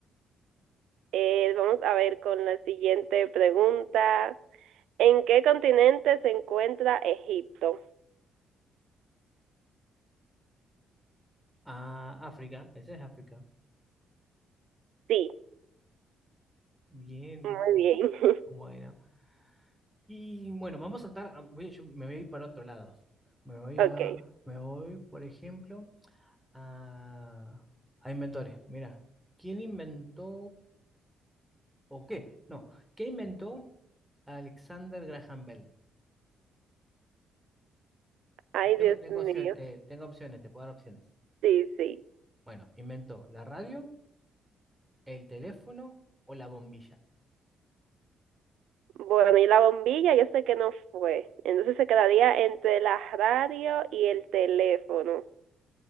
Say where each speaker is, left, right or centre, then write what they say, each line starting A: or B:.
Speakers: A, on the right; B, in the centre.
A: Eh, vamos a ver con la siguiente pregunta. ¿En qué continente se encuentra Egipto?
B: Ah, África, ese es África.
A: Sí,
B: Bien,
A: muy bien. <laughs>
B: bueno. Y bueno, vamos a saltar, a- voy- yo me voy a ir para otro lado. Me voy
A: Ok.
B: a, me voy, por ejemplo. a, a inventores. Mira, ¿quién inventó o qué? No, ¿qué inventó Alexander Graham Bell?
A: Ay,
B: Y Tengo,
A: Dios
B: tengo opciones,
A: mío.
B: te, tengo opciones, te puedo dar opciones.
A: Sí, sí.
B: Bueno, inventó la radio, el teléfono o la bombilla.
A: Bueno, y la bombilla yo sé que no fue. Entonces se quedaría entre la radio y el teléfono.